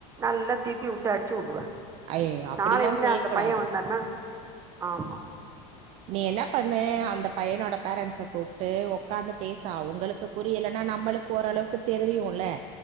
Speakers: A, on the right; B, on the right.
A: நல்லா தீட்டி விட்டு அடிச்சு வுடுவே
B: ஐயோ அப்டிலா
A: நாளபின்ன
B: செய்யக்கூடாது
A: அந்த பைய வந்தான்னா ஆமா
B: நீ என்ன பண்ணு அந்த பையனோட பேரண்ட்ஸ கூப்ட்டு உக்காந்து பேசு அவுங்களுக் கு
A: ம்
B: புரியல்ன்னா நம்ளுக்கு ஓரளவுக்கு தெரியுல்ல